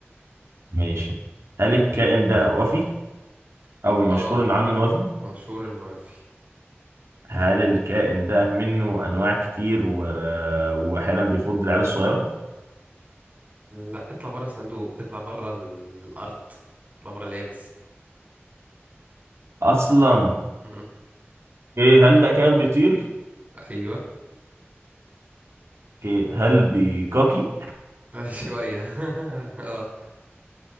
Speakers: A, on the right; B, on the right.
A: ماشي هل الكائن ده وفي
B: <laughs>
A: او المشهور
B: اه
A: ان عنه انه وفي؟
B: مشهور انه وافي
A: هل الكائن ده منه انواع كتير و... واحيانا بيخض العيال الصغيره
B: لا اطلع بره الصندوق اطلع بره الارض اطلع بره اليابس <laughs>
A: اصلا
B: مم.
A: ايه هل ده كائن بيطير
B: ايوه
A: اوكي هل بيكاكي
B: شوية <laughs> اه